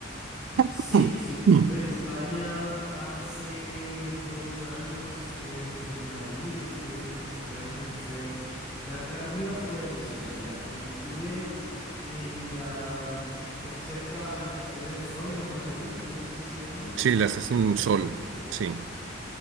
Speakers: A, in the centre; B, on the right (about 70°).
A: Sí,
B: <laughs>
A: sí, estuve
B: Mm, mm.
A: en España hace dos años, estuve en, en Madrid y estuve en Islas Canarias y fue, la, la comida fue deliciosa. Mira, cuando estuve en la, por cerca a la estación El Sol en Madrid, creo que así se llama,
B: Sí, la estación Sol, sí.